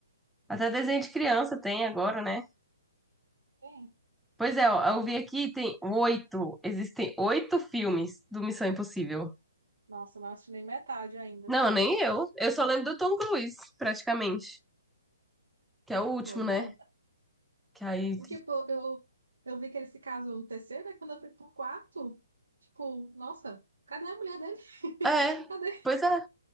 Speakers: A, in the centre; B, on the right.
A: Até desenho de criança tem agora, né?
B: Tem.
A: Pois é, ó,
B: Tipo,
A: eu vi aqui, tem oito. Existem oito filmes do Missão Impossível.
B: nossa, eu não assinei metade ainda.
A: Não, nem eu. Eu só lembro do Tom Cruise, praticamente. Que é o último,
B: Pois
A: né?
B: é.
A: Que aí.
B: E, tipo, eu, eu vi que ele se casou no terceiro, aí quando eu fui pro quarto, tipo, nossa, cadê a mulher dele?
A: É,
B: <laughs> Cadê?
A: pois é.